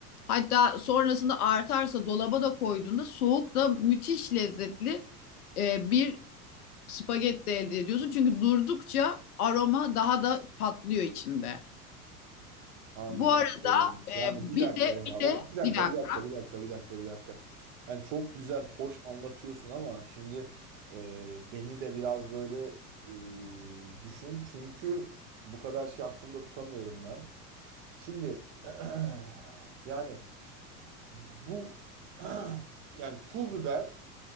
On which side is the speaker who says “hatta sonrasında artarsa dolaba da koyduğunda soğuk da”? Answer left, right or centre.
Left